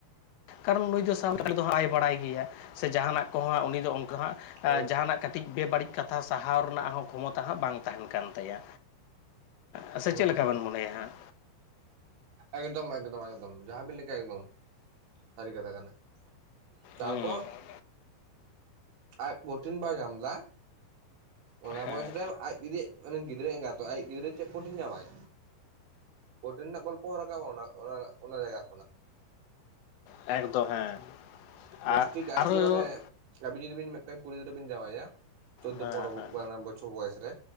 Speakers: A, on the left; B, on the right.
A: ᱠᱟᱨᱚᱱ ᱱᱩᱭ ᱫᱚ ᱥᱟᱶ
B: ᱦᱩᱸ
A: <unintelligible> ᱫᱚ ᱟᱭ ᱵᱟᱲᱟᱭ ᱜᱮᱭᱟ ᱥᱮ ᱡᱟᱦᱟᱱᱟᱜ ᱠᱚᱦᱟᱸᱜ ᱩᱱᱤ ᱫᱚ ᱚᱱᱠᱟ ᱦᱟᱸᱜ᱾
B: ᱦᱳᱭ
A: ᱡᱟᱦᱟᱱᱟᱜ ᱠᱟᱹᱴᱤᱡ ᱵᱮᱵᱟᱹᱲᱤᱡ ᱠᱟᱛᱷᱟ ᱥᱟᱦᱟᱣ ᱨᱮᱱᱟᱜ ᱦᱚᱸ ᱠᱷᱚᱢᱚᱛᱟ ᱦᱚᱜ ᱵᱟᱝ ᱛᱟᱦᱮᱱ ᱠᱟᱱ ᱛᱟᱭᱟ᱾ ᱟᱪᱪᱷᱟ
B: ᱦᱳᱭ
A: ᱪᱮᱫ ᱞᱮᱠᱟ
B: ᱦᱳᱭ
A: ᱵᱮᱱ ᱢᱚᱱᱮᱭᱟ ᱦᱟᱸᱜ?
B: ᱮᱠᱫᱚᱢ ᱮᱠᱫᱚᱢ ᱮᱠᱫᱚᱢ ᱡᱟᱦᱟᱸᱵᱤᱱ ᱞᱮᱠᱟ ᱮᱠᱫᱚᱢ ᱥᱟᱹᱨᱤ ᱠᱟᱛᱷᱟ ᱠᱟᱱᱟ᱾ ᱛᱟᱨᱯᱚᱨ
A: ᱦᱮᱸ <unintelligible>
B: ᱟᱡ ᱵᱳᱴᱤᱱ ᱵᱟᱭ ᱧᱟᱢ ᱮᱫᱟ ᱚᱱᱟ
A: ᱦᱮᱸ
B: ᱵᱚᱭᱚᱥᱛᱮ ᱟᱡ ᱡᱩᱫᱤ ᱩᱱᱤ ᱜᱤᱫᱽᱨᱟᱹ ᱮᱸᱜᱟᱛᱜ ᱟᱡ ᱜᱤᱫᱽᱨᱟᱹ ᱪᱮᱫ ᱠᱳᱴᱤᱧ ᱧᱟᱢᱟᱭ᱾ ᱵᱳᱴᱤᱱ ᱨᱮᱱᱟᱜ ᱜᱚᱞᱯᱚ ᱦᱚᱸ ᱨᱟᱠᱟᱵᱟ ᱚᱱᱟ ᱚᱱᱟ <unintelligible> ᱡᱟᱭᱜᱟ ᱠᱷᱚᱱᱟᱜ
A: ᱮᱠᱫᱚᱢ ᱦᱮᱸ᱾ ᱟᱨ
B: ᱵᱮᱥᱴᱷᱤᱠ ᱟᱡᱜᱮ
A: ᱟᱨᱚ
B: ᱢᱟᱱᱮ ᱟᱵᱤᱱ ᱡᱩᱫᱤ ᱵᱤᱱ ᱢᱤᱫᱴᱮᱱ ᱠᱩᱲᱤ ᱜᱤᱫᱽᱨᱟᱹ ᱵᱤᱱ ᱡᱟᱶᱟᱭᱟ ᱪᱳᱫᱫᱳ
A: ᱦᱮᱸ
B: ᱯᱚᱱᱮᱨᱚ
A: ᱦᱮᱸ
B: ᱜᱟᱱ ᱵᱚᱪᱷᱚᱨ ᱵᱚᱭᱮᱥ ᱨᱮ